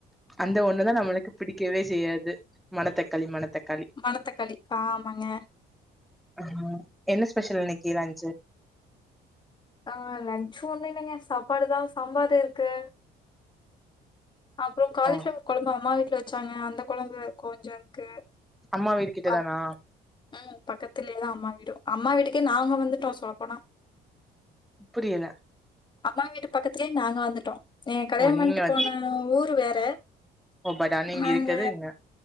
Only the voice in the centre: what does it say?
அந்த ஒண்ணுதா நம்மளுக்கு பிடிக்கவே செய்யாது மணத்தக்காளி மணத்தக்காளி
ஆ என்ன ஸ்பெஷல் இன்ன க்கி லன்ச்சு
ஓ
அம்மா வீடு கிட்டதானா?
புரியல
ஓ நீங்க
ஓ பட் ஆனா நீங்க
இருக்கது இங்க